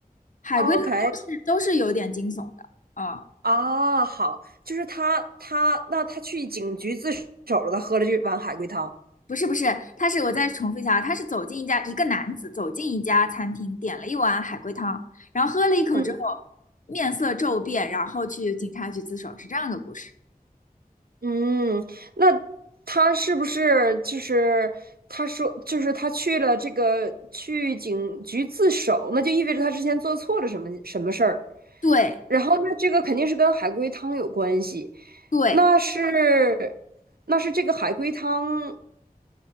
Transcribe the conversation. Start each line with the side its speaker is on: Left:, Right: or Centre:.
Left: 海龟汤都是都是有点惊悚的，
Right: ，OK，
Left: 嗯，
Right: 啊，好，就是他他那他去警局自首了，他喝了这碗海龟汤。
Left: 不是不是，他是我再重复一下，啊，他是走进一家一个男子走进一家餐厅，点了一碗海龟汤，然后喝了一口之后
Right: 嗯，
Left: 面色骤变，然后去警察局自首，是这样一个故事。
Right: 嗯，那他是不是就是他说就是他去了这个去警局自首，那就意味着他之前做错了什么什么事儿，
Left: 对。
Right: 然后那这个肯定是跟海龟汤有关系，
Left: 对，
Right: 那是那是这个海龟汤，